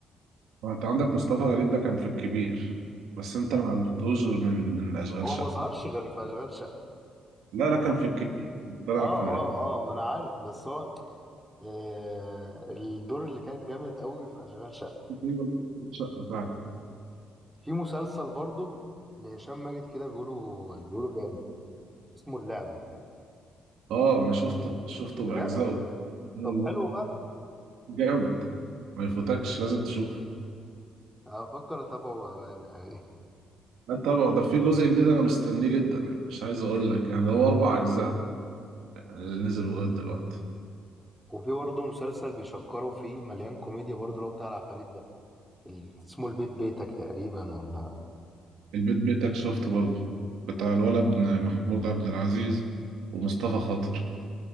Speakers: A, on the right (about 85°); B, in the centre.
A: ما انت عندك مصطفى غريب ده كان في الكبير بس انت ما عرفتوش غير من من اشغال
B: هو
A: شقه
B: ما ظهرش غير في أشغال شقة
A: لا لا
B: اه
A: كان في الكبير طلع
B: اه
A: في
B: اه ما انا عارف بس هو آه الدور اللي كان جامد قوي في اشغال شقة
A: تقريباً أشغال شقه فعلا
B: في مسلسل برضه لهشام ماجد كده بيقولوا بيقولوا جامد اسمه اللعبة
A: اه انا شفته شفته
B: بجد
A: باجزائه آه، والله
B: طب حلو بقى
A: جامد ما يفوتكش لازم تشوفه
B: هفكر اتابعه بأمانة يعني
A: لا طبعا ده في جزء جديد انا مستنيه جدا مش عايز اقول لك يعني هو اربع اجزاء اللي نزلوا لغايه دلوقتي
B: وفي برضه مسلسل بيشكروا فيه مليان كوميديا برضه اللي هو بتاع العفاريت ده ال- اسمه البيت بيتك تقريبا ولا
A: البيت بيتك شفته برضه بتاع الولد ابن محمود عبد العزيز ومصطفى خاطر